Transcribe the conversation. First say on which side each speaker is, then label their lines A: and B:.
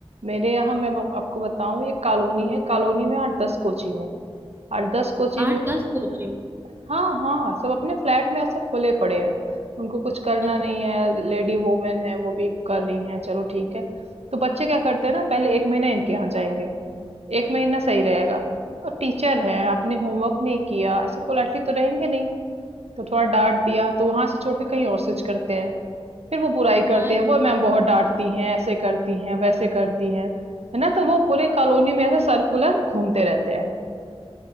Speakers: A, on the right (about 75°); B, on the right (about 20°).
A: मेरे यहाँ मैं आप- आपको बताऊं ये कॉलोनी है कॉलोनी में आठ दस कोचिंग है आठ दस
B: है
A: कोचिंग
B: आठ
A: में
B: दस कोचिंग
A: हाँ हाँ सब अपने फ्लैट में ऐसे खुले पड़े हैं उनको कुछ करना
B: अच्छा
A: नहीं है लेडी वोमेन है वो भी कर रही हैं चलो ठीक है तो बच्चे क्या करते हैं ना पहले एक महीना इनके यहाँ जाएंगे एक महीना सही रहेगा और टीचर है आपने होमवर्क नहीं किया ऐसे पोलाइटली तो रहेंगे नहीं तो थोड़ा डांट दिया तो वहां से छोड़ के कहीं और स्विच करते हैं फिर वो बुराई करते
B: हाँ
A: हैं वो मैम बहुत डांटती हैं ऐसे करती हैं वैसे करती हैं है ना तो वो पूरे कॉलोनी में ऐसे सर्कुलर घूमते रहते हैं